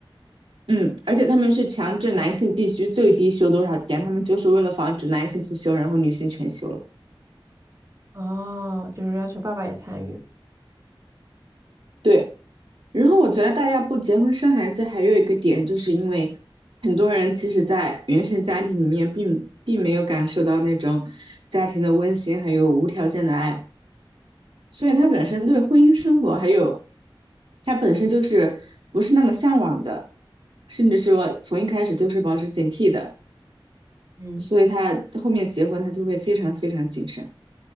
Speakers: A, on the right; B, on the right.
A: 嗯，而且他们是强制男性必须最低休多少天，他们就是为了防止男性不休，然后女性全休了。
B: 哦，就是要求爸爸也参与。
A: 对，然后我觉得大家不结婚生孩子还有一个点，就是因为很多人其实，在原生家庭里面并并没有感受到那种家庭的温馨，还有无条件的爱，所以他本身对婚姻生活还有他本身就是不是那么向往的，甚至说从一开始就是保持警惕的，
B: 嗯，
A: 所以他后面结婚他就会非常非常谨慎。